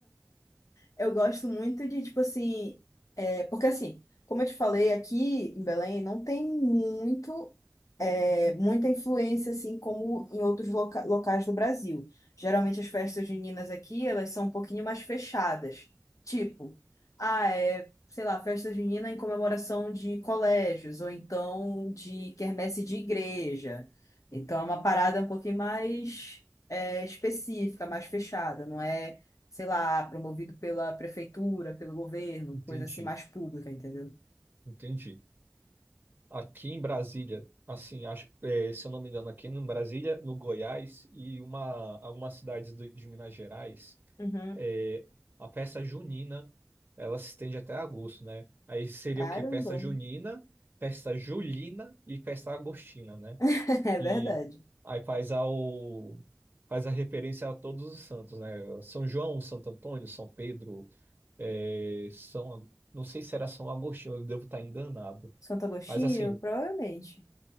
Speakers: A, on the left; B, on the right.
A: Eu gosto muito de, tipo assim, é, porque assim, como eu te falei, aqui em Belém não tem muito, é, muita influência, assim, como em outros loca- locais do Brasil. Geralmente as festas juninas aqui, elas são um pouquinho mais fechadas. Tipo, ah, é, sei lá, festa junina em comemoração de colégios, ou então de quermesse de igreja. Então é uma parada um pouquinho mais, é, específica, mais fechada, não é? sei lá, promovido pela prefeitura, pelo governo,
B: Entendi,
A: coisa assim mais pública, entendeu?
B: entendi. Aqui em Brasília, assim, acho, é, se eu não me engano, aqui em Brasília, no Goiás e uma, algumas cidades do- de Minas Gerais,
A: Uhum.
B: é, a festa junina, ela se estende até agosto, né? Aí seria
A: Caramba.
B: o quê? Festa junina, festa julina e festa agostina, né?
A: <laughs> É
B: E
A: verdade.
B: aí faz ao, faz a referência a todos os santos, né? São João, Santo Antônio, São Pedro, é, São, não sei se era São Agostinho, eu devo estar enganado.
A: Santo Agostinho?
B: Mas assim,
A: Provavelmente.